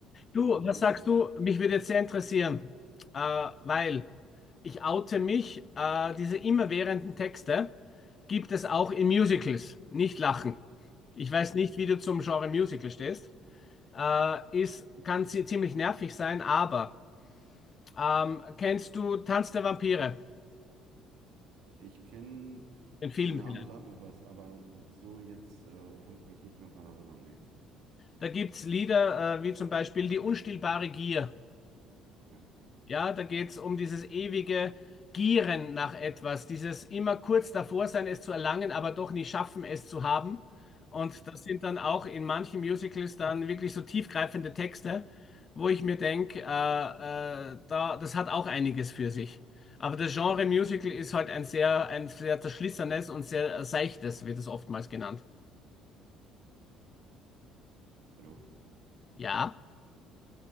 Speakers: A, on the left; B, on the right.
A: Du,
B: ja, das.
A: was sagst du? Mich würde jetzt sehr interessieren, äh,
B: Mhm.
A: weil ich oute mich, äh, diese immerwährenden Texte gibt es auch in Musicals. Nicht lachen. Ich
B: Mhm.
A: weiß nicht, wie du zum Genre Musical stehst. Äh, ist, kann sie ziemlich nervig sein, aber ähm, kennst du Tanz der Vampire?
B: Ich kenne,
A: Den Film
B: der Name
A: vielleicht.
B: sagt mir was, aber so jetzt äh, kann ich mich nicht mehr dran erinnern. Nee.
A: Da gibt es Lieder äh, wie zum Beispiel Die unstillbare Gier.
B: Okay,
A: Ja, da geht es um dieses ewige Gieren nach etwas, dieses immer kurz davor sein, es zu erlangen, aber doch nie schaffen, es zu haben. Und
B: okay.
A: das sind dann auch in manchen Musicals dann wirklich so tiefgreifende Texte, wo ich mir denke, äh, äh, da, das hat auch einiges für sich. Aber das
B: Mhm.
A: Genre Musical ist halt ein sehr, ein sehr zerschlissenes und sehr seichtes, wird es oftmals genannt.
B: Hallo?
A: Ja,